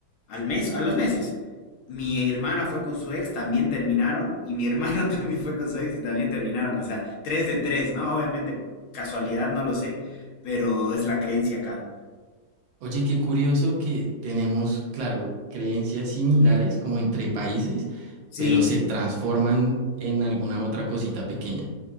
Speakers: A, on the left (about 80°); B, on the right (about 75°).
A: al mes, a los meses. Mi hermana fue con su ex, también terminaron, y mi hermano <laughs> también fue con su ex y también terminaron. O sea, tres de tres, ¿no? Obviamente, casualidad, no lo sé, pero es la creencia acá.
B: Oye, qué curioso que tenemos, claro, creencias similares como entre países,
A: Sí,
B: pero se transforman en alguna otra cosita pequeña.